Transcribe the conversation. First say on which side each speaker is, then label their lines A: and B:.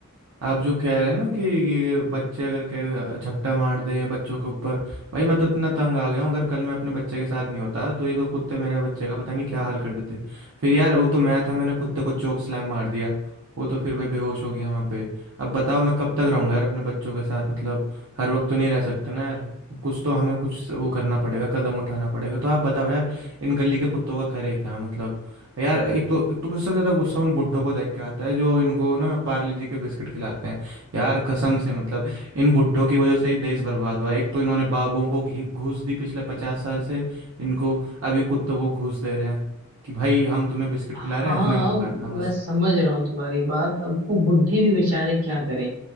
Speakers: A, on the right; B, on the right.
A: आप जो कह रहे हैं ना कि ये बच्चे अगर के झपटा मार दें बच्चों के ऊपर भाई मैं तो इतना तंग आ गया हूँ अगर कल मैं अपने बच्चे के साथ नहीं होता तो ये तो कुत्ते मेरे बच्चे का पता नहीं क्या हाल कर देते फिर यार वो तो मैं था मैंने कुत्ते को चोक स्लैम मार दिया वो तो फिर भाई बेहोश हो गया वहाँ पे अब बताओ मैं कब तक रहूँगा यार अपने बच्चों के साथ मतलब हर वक्त तो नहीं रह सकते ना यार कुछ तो हमें कुछ वो करना पड़ेगा कदम उठाना पड़ेगा तो आप बताओ यार इन गली के कुत्तों का करे क्या मतलब यार एक तो एक तो मुझे सबसे ज्यादा गुस्सा उन बुड्ढों को देख के आता है जो इनको ना पार्ले जी के बिस्किट खिलाते हैं यार कसम से मतलब इन बुड्ढों की वजह से ही देश बर्बाद हुआ है एक तो इन्होंने बाबुओं को घी- घूस दी पिछले पचास साल से इनको अब ये कुत्तों को घूस दे रहे हैं कि भाई हम तुम्हें बिस्किट
B: हाँ
A: खिला रहे हैं हमें मत काटना बस
B: मैं समझ रहा हूँ तुम्हारी बात अब वो बुढ़ी भी बेचारे क्या करे